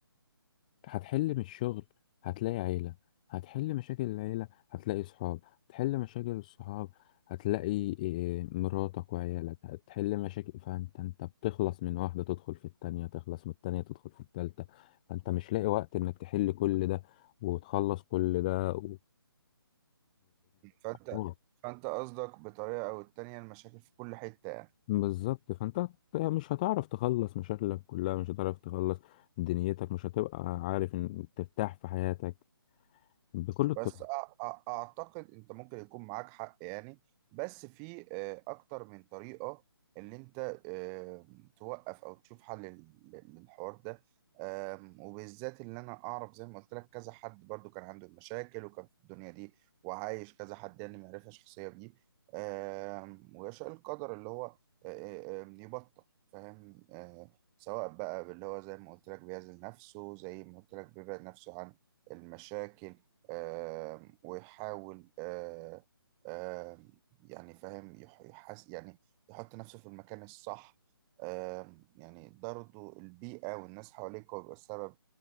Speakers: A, on the left (about 20°); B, on the right (about 20°).
A: هتحل من الشغل هتلاقي عيلة هتحل مشاكل العيلة هتلاقي صحاب هتحل مشاكل الصحاب هتلاقي إيه، مراتك وعيالك هتحل مشاكل فانت انت بتخلص من واحدة تدخل في التانية تخلص من التانية تدخل في التالتة فانت مش لاقي وقت انك تحل كل ده وتخلص كل ده و...
B: فانت
A: و-
B: فانت قصدك بطريقة او التانية المشاكل في كل حتة
A: بالظبط فانت هت- مش هتعرف تخلص مشاكلك كلها مش هتعرف تخلص دنيتك مش هتبقى عارف ان ترتاح في حياتك بكل الطرق
B: بس أ- أ- اعتقد انت ممكن يكون معاك حق يعني بس في آه، اكتر من طريقة اللي انت آه، توقف او تشوف حل لل- للحوار ده آم، وبالذات اللي انا اعرف زي ما قلت لك كذا حد برضو كان عنده مشاكل وكان في الدنيا دي وعايش كذا حد يعني معرفة شخصية بيه آم، ويشاء القدر اللي هو آه، آه، آم، يبطل فاهم آه، سواء بقى اللي هو زي ما قلت لك بيعزل نفسه زي ما قلت لك بيبعد نفسه عن المشاكل آم، ويحاول آه، آم، يعني فاهم يح- يحس يعني يحط نفسه في المكان الصح آم، يعني ده برضه البيئة والناس حواليك هو بيبقى السبب